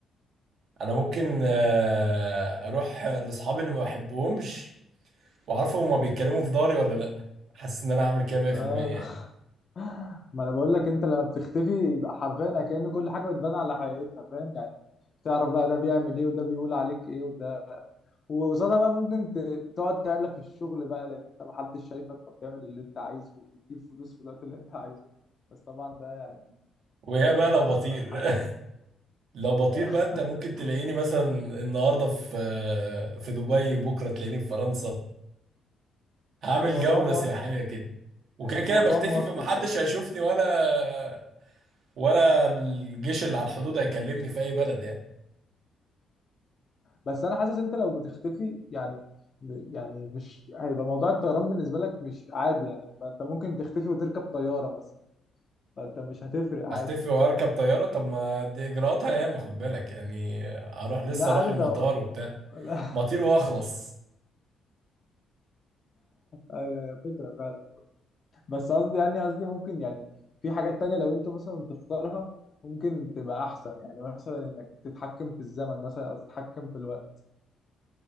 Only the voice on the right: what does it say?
انا ممكن آه، اروح لاصحابي اللي ما بحبهمش واعرفهم هما بيتكلموا في داري ولا لا حاسس ان انا هعمل كده 100%
يعني
ويا بقى لو
بطير
لو بطير
بقى انت ممكن تلاقيني مثلا النهارده في في دبي بكره تلاقيني في فرنسا هعمل
جوله
سياحيه كده وكده
كده بختفي
فمحدش
هيشوفني ولا ولا الجيش اللي على الحدود هيكلمني في اي بلد يعني
اختفي واركب طياره طب ما دي اجراءاتها ياما خد بالك يعني اروح لسه
اروح
المطار
وبتاع
مطير واخلص